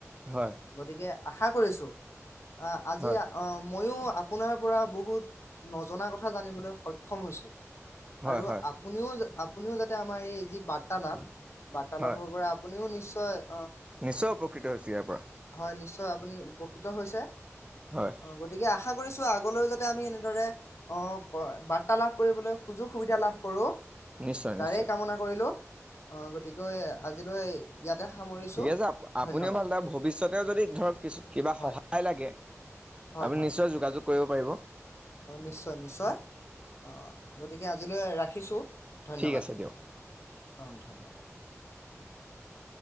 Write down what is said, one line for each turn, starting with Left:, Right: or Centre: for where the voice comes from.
Right: হয়
Left: গতিকে আশা কৰিছোঁ অ আজি
Right: হয়
Left: অ ময়ো আপোনাৰ পৰা বহুত নজনা কথা জানিবলৈ সক্ষম হৈছো।
Right: হয়
Left: আৰু
Right: হয়
Left: আপুনিও আপুনিও যাতে আমাৰ এই যি বাৰ্তালাভ বাৰ্তালাভৰ
Right: হয়
Left: পৰা আপুনিও নিশ্চয় ক
Right: নিশ্চয় উপকৃত হৈছো ইয়াৰ পৰা।
Left: হয় নিশ্চয় আপুনি উপকৃত হৈছে।
Right: হয়
Left: অ গতিকে আশা কৰিছো আগলৈও যাতে আমি এনেদৰে অ বাৰ্তা লাভ কৰিবলৈ সুযোগ সুবিধা লাভ কৰো।
Right: নিশ্চয়
Left: তাৰে
Right: নিশ্চয়
Left: কামনা কৰিলো অ গতিকে আজিলৈ ইয়াতে সামৰিছো
Right: <unintelligible> আপুনিও
Left: ধন্যবাদ
Right: ভাল লাগে ভৱিষ্যতে যদি ধৰক কিছু কিবা
Left: হয়
Right: সহায় লাগে।
Left: হয়
Right: আমি
Left: হয়
Right: নিশ্চয় যোগাযোগ কৰিব পাৰিব।
Left: অ নিশ্চয় নিশ্চয় অ গতিকে আজিলৈ ৰাখ খিছু ধন্যবাদ
Right: ঠিক আছে দিয়ক
Left: অঁ ধন্যবাদ। <inaudible> <inaudible>